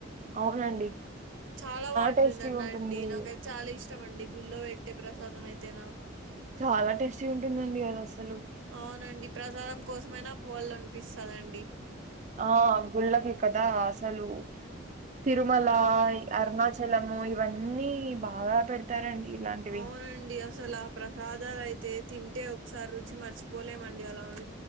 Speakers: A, on the right; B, on the right.
A: అవునండి
B: చాలా బాగుంటుంద
A: టేస్టీగా
B: అన్న
A: ఉంటుంది
B: అండి నాకైతే చాలా ఇష్టం అండి గుళ్ల్లో పెట్టే ప్రసాదం అయితేనా
A: చాలా టేస్టీ ఉంటుందండి అది అసలు
B: అవునండి ప్రసాదం కోసమైనా పోవాళ్ళ అనిపిస్తందండి
A: ఆ గుళ్ళకి కదా అసలు తిరుమల
B: అవునండి
A: అరుణాచలము ఇవన్నీ బాగా పెడతారండి ఇలాంటివి
B: అవునండి అసలు ఆ ప్రసాదాలు అయితే తింటే ఒకసారి రుచి మర్చిపోలేమండి అలా ఉం